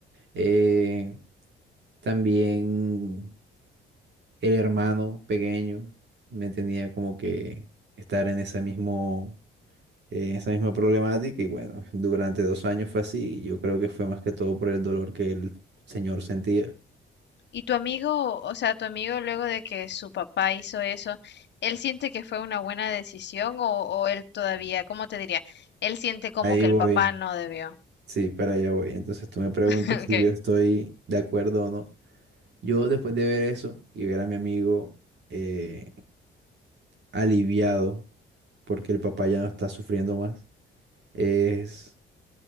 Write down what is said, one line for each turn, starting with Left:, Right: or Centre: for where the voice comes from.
Right: Eh, también el hermano pequeño me tenía como que estar en ese mismo en esa misma problemática y bueno, durante dos años fue así y yo creo que fue más que todo por el dolor que el señor sentía.
Left: Y tu amigo, o sea, tu amigo luego de que su papá hizo eso, ¿él siente que fue una buena decisión o, o él todavía, ¿cómo te diría? Él siente como
Right: Ahí
Left: que
Right: voy,
Left: el papá no debió.
Right: sí, para allá voy. Entonces tú me preguntas
Left: <laughs>
Right: si
Left: Ok.
Right: yo estoy de acuerdo o no. Yo después de ver eso y ver a mi amigo eh, aliviado porque el papá ya no está sufriendo más, es,